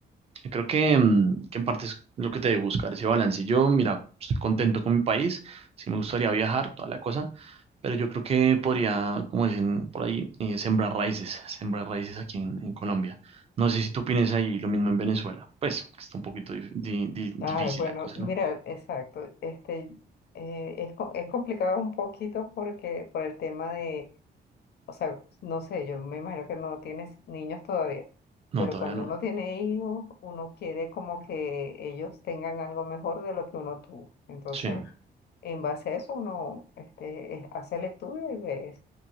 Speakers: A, on the right; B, on the left.
A: Creo que, mm, que en parte es lo que te debe buscar, ese balance. Yo, mira, estoy contento con mi país, sí me gustaría viajar, toda la cosa, pero yo creo que podría, como dicen por ahí, eh, sembrar raíces, sembrar raíces aquí en, en Colombia. No sé si tú opinas ahí lo mismo en Venezuela. Pues está un poquito dif- di- di- difícil
B: Ay, bueno,
A: la cosa,
B: mira,
A: ¿no?
B: exacto. Este, eh, es, co- es complicado un poquito porque, por el tema de, o sea, no sé, yo me imagino que no tienes niños todavía,
A: No,
B: pero
A: todavía
B: cuando
A: no.
B: uno tiene hijos, uno quiere como que ellos tengan algo mejor de lo que uno tuvo. Entonces,
A: Sí,
B: en base a eso, uno este, es- hace el estudio y ves